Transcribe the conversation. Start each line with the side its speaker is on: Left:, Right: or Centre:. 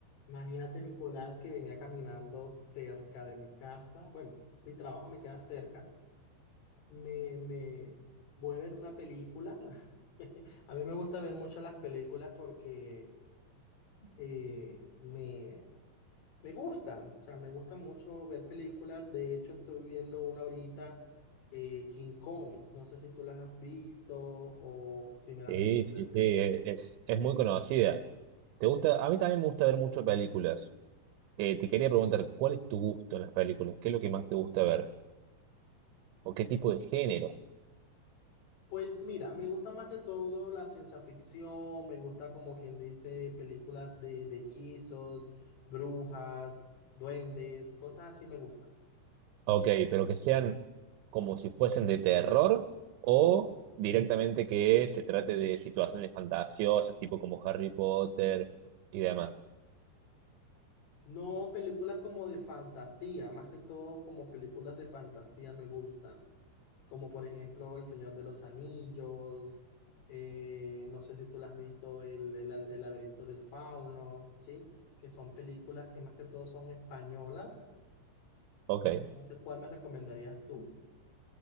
Left: Imagínate, Nicolás, que venía caminando cerca de mi casa. Bueno, mi trabajo me queda cerca. Me, me voy a ver una película. <laughs> A mí me gusta ver mucho las películas porque eh, me, me gustan. O sea, me gustan mucho ver películas. De hecho, estoy viendo una ahorita, eh, King Kong. No sé si tú las has visto o si me las
Right: Sí,
Left: recomendarías.
Right: sí, sí, e, es, es muy conocida. ¿Te gusta? A mí también me gusta ver mucho películas. Eh, te quería preguntar, ¿cuál es tu gusto en las películas? ¿Qué es lo que más te gusta ver? ¿O qué tipo de género?
Left: Pues mira, me gusta más que todo la ciencia ficción, me gusta como quien dice películas de, de hechizos, brujas, duendes, cosas así me gustan.
Right: Ok, pero que sean como si fuesen de terror o directamente que se trate de situaciones fantasiosas, tipo como Harry Potter y demás.
Left: No películas como de fantasía, más que todo como películas de fantasía me gustan, como por ejemplo El Señor de los Anillos, eh, no sé si tú las has visto, el, el el laberinto del fauno, ¿sí? Que son películas que más que todo son españolas.
Right: Ok.
Left: No sé cuál me recomendarías tú.